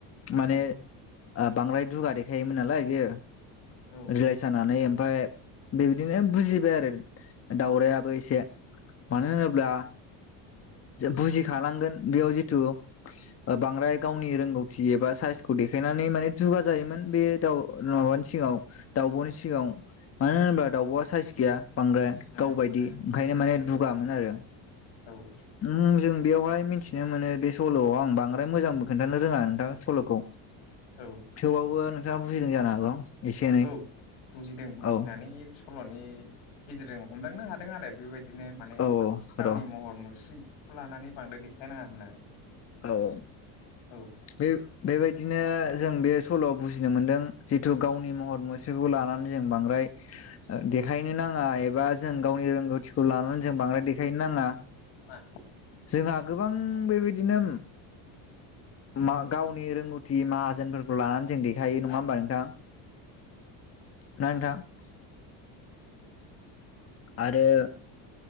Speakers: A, on the left; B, on the left.
A: माने
B: उम
A: ओ बांद्राय दुगा देखायोमोन नालाय बेयो।
B: औ
A: रिलाइज जानानै ओमफाय बेबादिनो बुजिबाय आरो दाउरायाबो एसे मानो होनोब्ला बुजिखालांगोन बेयाव जिथु ओ बांद्राय गावनि रोंगौथि एबा साइसखौ देखायनानै माने दुगा जायोमोन बे दाउ माबानि सिगाव दाउबनि सिगाव मानो होनोब्ला दाउबआ साइस गैया बांद्राय।
B: उम
A: गावबायदि
B: उम
A: ओंखायनो माने
B: नंगौ
A: दुगामोन
B: नंगौ
A: आरो।
B: औ
A: उम जों बेयावहाय मिथिनो मोनो बे सलआव आं बांद्राय मोजांबो खोन्थानो रोङा नोंथां सलखौ।
B: औ।
A: थेवबावबो नोंथाङा बुजिदों जानो हागौ। एसे एनै
B: औ बुजिदों बुजिनानै
A: औ
B: सलनि गेजेरजों हमदांनो हादों आरो बेबाय दिनो माने
A: औ औ
B: गावनि
A: र'
B: महर मुस्रिखौ लानानै बांद्राय देखायनाङा होननानै।
A: औ औ
B: औ
A: बे बेबायदिनो जों बे सलआव बुजिनो मोनदों जिथु गावनि महर मुस्रिखौ लानानै जों बांद्राय ओ देखायनो नाङा एबा जों गावनि रोंगौथिखौ लानानै जों बांद्राय देखायनो नाङा।
B: <unintelligible>
A: जोंहा गोबां बेबायदिनो मा गावनि रोंगौथि माहाजोनफोरखौ लानानै जों देखायो नङा
B: हा
A: होमबा नोंथां? ना नोंथां? आरो